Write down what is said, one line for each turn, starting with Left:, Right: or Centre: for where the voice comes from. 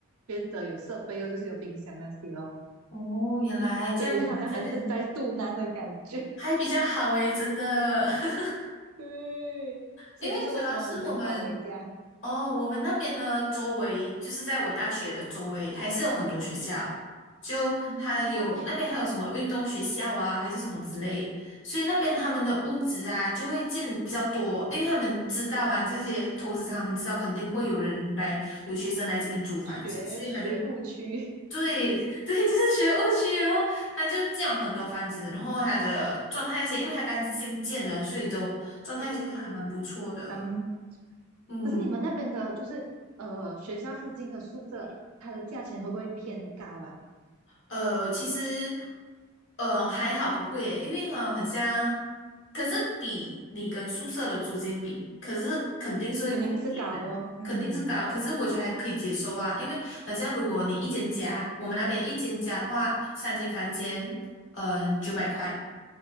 Right: 变的有设备哦，就是有冰箱那些哦，
Left: 哦，原来这样，
Right: 所以就好像还是在肚腩的感觉。
Left: 我们这边还比较好诶，真的，<laughs>
Right: <laughs> 对，所以就是为什么我们只能跑回家，
Left: 因为主要是我们哦，我们那边呢，周围就是在我大学的周围，还是有很多学校，就还有那边还有什么运动学校啊，
Right: 嗯，
Left: 还是什么之类，所以那边他们的屋子啊就会建比较多，因为他们知道嘛，这些投资商他们知道肯定会有人来，有学生来这边租房子，
Right: 学学务区，
Left: 所以他就对 <laughs> 对，就是学务区，然后他就降很多房子，然后他的状态那些，因为他刚新建的，所以都状态那些都还蛮不错的。
Right: <laughs> 对，嗯，
Left: 嗯，
Right: 可是你们那边的，就是呃学校附近的宿舍，它的价钱会不会偏高啊？
Left: 呃，其实呃还好不会耶因为呃很像，可是比你跟宿舍的租金比，可是肯定是会贵一点的肯定是高，
Right: 肯定是高哦，嗯
Left: 可是我觉得还可以接受啊，因为好像如果你一间家，我们那边一间家的话，三间房间，嗯、九百块。